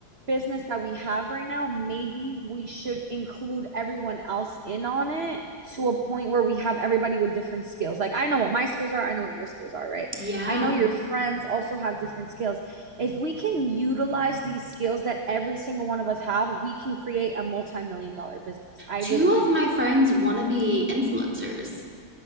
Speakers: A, on the right; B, in the centre.
A: business that we have right now, maybe we should include everyone else in on it to a point where we have everybody with different skills. Like I know what my skills are, I know what your skills are, right?
B: Yeah.
A: I know your friends also have different skills. If we can utilize these skills that every single one of us have, we can create a multi-million dollar business. I
B: Two
A: really
B: of
A: believe
B: my
A: that.
B: friends want to be influencers.